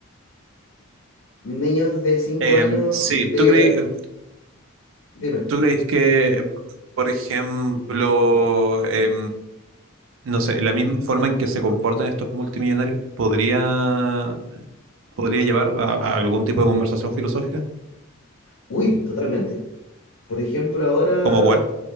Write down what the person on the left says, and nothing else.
Niños de 5
años
de...
em, dime.
Uy, totalmente. Por ejemplo, ahora,